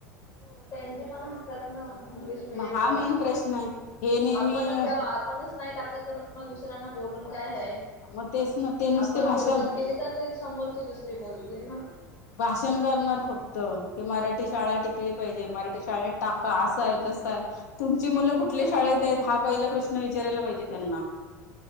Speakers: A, on the left (about 35°); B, on the left (about 70°).
A: हो त्यांचे पण असतात ना. इंग्लिश मिडियमलाच
B: मग हा मेन प्रश्न आहे हे नेहमी
A: आपणच जेव्हा आपणच नाही टाकत तर दुसऱ्यांना बोलून काय आहे
B: मग तेच ना ते नुसते
A: आपण
B: भाषण
A: सुरुवात केली तर ते समोरची दुसरी बोलतील ना.
B: भाषण करणार फक्त की मराठी शाळा टीक टिकली पाहिजे मराठी शाळेत टाका असा आहे तस आहे तुमची मुलं कुठल्या शाळेत आहेत हा पहिला प्रश्न विचारायला पाहिजे त्यांना.